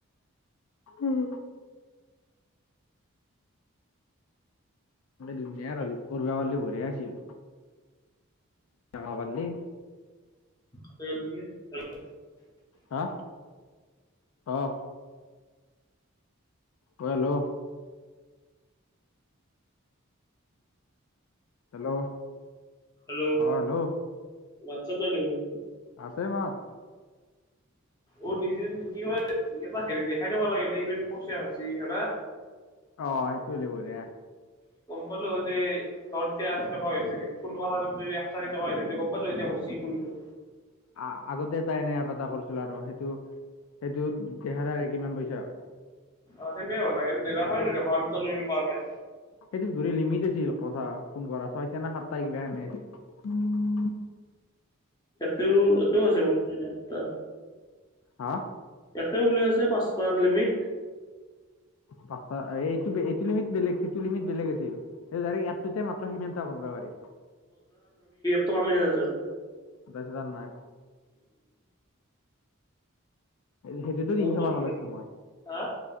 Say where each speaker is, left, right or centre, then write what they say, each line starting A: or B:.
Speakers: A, on the left; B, on the left.
A: উম, ধুনীয়াল কৰিবা পাললি বঢ়িয়া আছিল। হবালি
B: কতে নেকি <unintelligible>
A: হা, অহ, অ, হেল্ল', হেল্ল',
B: হেল্ল'
A: অ, হেল্ল',
B: হোৱাট চাপ নাই দেখোন।
A: আছে মাত,
B: অ' নিজে নিজ কি হয়। ই হেৰি দেখাই দিব লাগে যে ইন পচিয়ছি হোনা
A: অ' সেইটো হ লিব দ
B: ব'লো যে ধৰ এতিয়া আশী টকা হৈছে কোন টকা যদিশ চাৰি টকা হৈছে তে লৈ যাব চি কোনটো
A: আ আগতে এটা এনে এ প এটা কৰিছিলো আৰু সেইটো সেইটোত দেহাৰ দাৰ কিমান পইচা হয়।
B: অ' সেনে হালাগ সে দিলা হয় দে পল ত পোৱা নাই
A: সেইটোত ধৰি লিমিট আছিল কথা ফোন কৰা ছয়টা নে সাতটা কিবা এনে আছিল।
B: এও এও আছেটা
A: হা
B: তাতে উলিয়াইছে পাঁচ লিমিট।
A: পাঁচটা এইটো এইটো লিমিট বেলেগ সেইটো লিমিট বেলেগ আছিলৰেক্য়তে ম্ৰ সিটা কৰিবা পাৰি।
B: ত কামি ন তছ
A: তছ য নাই। সেইটোতো
B: ও
A: তিনশ
B: পন্ধৰ
A: মান
B: মিনিট
A: লৈছিলো মই
B: হা